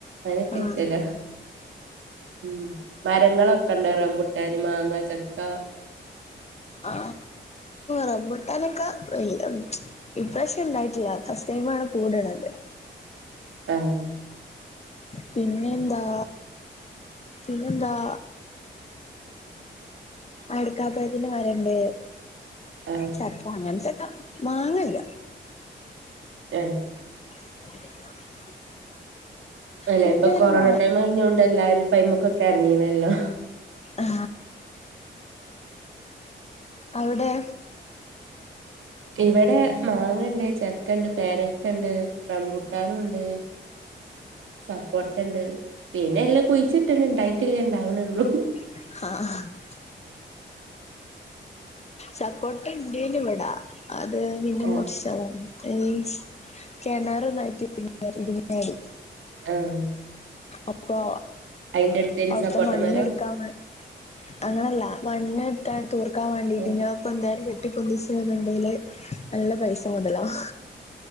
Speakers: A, on the right; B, on the left.
A: അങ്ങനൊക്കെ
B: ആഹ്
A: ആയിട്ടല്ലോ ഉം മരങ്ങളൊക്കെ ഉണ്ട റബുട്ടാന് മാങ്ങ ചക്ക
B: ആ റമ്പുട്ടാനൊക്കെ വല്ല ഇപ്രവിഷംഇണ്ടായിട്ടില്ലഫാസ്റ്റ് ടൈമാണ് കൂടള്ള ത്
A: ആഹ
B: പിന്നെ എന്താ പിന്നെന്തആ അടക്കാപ്പയതിന്റെ മരണ്ട്
A: ആഹ്
B: ചക്ക അങ്ങനത്തൊക്കെ മാങ്ങല്ല
A: ഹെ
B: <unintelligible>
A: അല്ലെ
B: പിന്നെ
A: ഇപ്പൊ കൊറോണ
B: ഒരു മ
A: ടൈം കഴിഞ്ഞോണ്ട് എല്ലാരും പൈമുക്കൊക്കെ ഇറങ്ങീണല്ലോ
B: ആ അവിടെ
A: ഇവിടെ മാങ്ങ ഇണ്ട് ചക്ക ഇണ്ട് പേരക്കണ്ട് റമ്പുട്ടാനും ഇണ്ട് സപ്പോട്ടണ്ട് പിന്നെ എല്ലാം കുഴിച്ചിണ് ഇണ്ടായിട്ടല്ലേ ഉണ്ടാവണള്ളൂ
B: ആഹ സപ്പോട്ടഇൻ ണ്ടായിന് ഇവിടാ അത് പിന്ന
A: ആഹ്
B: മുറി <unintelligible> കിണർ ഒന്നായിട്ട് ഇങ്ങ ഇട്ന്നാ ടി
A: ആഹ
B: അപ്പോ
A: അയിന്റെ അടുത്തേന്
B: അവിടുത്തെ
A: സപ്പോട്ട
B: മണ്ണ്എടുക്കാൻ
A: മരം
B: വേണ്ടി അങ്ങനല്ല മണ്ണ് ക്കാ തൂർക്കാൻ വേണ്ടിറ്റ്
A: ആഹ്
B: ന്നാ എന്തായാലും ചെ കെട്ടിപൊന്തിച്ച് ണ്ടൽ നല്ല പൈസ മുതലവും